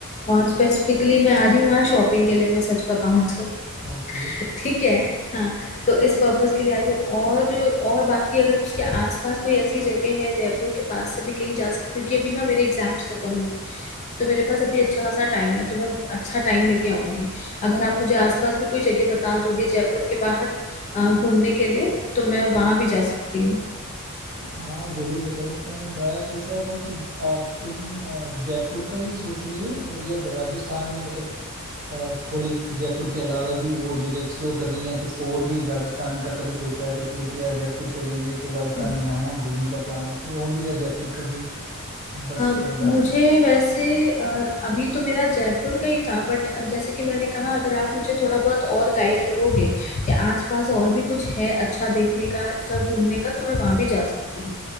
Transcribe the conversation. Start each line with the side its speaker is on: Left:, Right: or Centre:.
Left: और स्पेसिफिकली मैं आ रही हूँ वहाँ शॉपिंग के लिए मैं सच बताऊँ तो
Right: ओके
Left: ठीक है हाँ तो इस पर्पस के लिए आ रही हूँ और और बाकी अगर उसके आसपास कोई ऐसी जगह है जयपुर के पास से भी कहीं जा सकती हूँ क्योंकि अभी ना मेरे एग्जाम्स खत्म हुए हैं तो मेरे पास अभी अच्छा खासा टाइम है तो मैं अच्छा टाइम लेके आऊंगी अगर आप मुझे आसपास भी कोई जगह बता दोगे जयपुर के बाहर अ, घूमने के लिए तो मैं वहां भी जा सकती हूँ
Right: हाँ जरूर बता सकता हूँ मैं सोच रहा था कि आप तुम अ, जयपुर का ही सोच रही हो या राजस्थान में मतलब अ, थोड़ी जयपुर के अलावा भी और जगह एक्सप्लोर करनी है कुछ और भी राजस्थान का कभी सोचा है तो कि, कि यार जयपुर चलेंगे तो राजस्थान
Left: हम्म।
Right: में यहाँ यहाँ घूमने का प्लान है कि ओनली या जयपुर का ही बस
Left: अ,
Right: अ, जाना
Left: मुझे
Right: है
Left: वैसे अ, अभी तो मेरा जयपुर का ही था बट जैसे कि मैंने कहा अगर आप मुझे थोड़ा बहुत और गाइड करोगे कि आसपास और भी कुछ है अच्छा देखने का अच्छा घूमने का तो मैं वहां भी जा सकती हूँ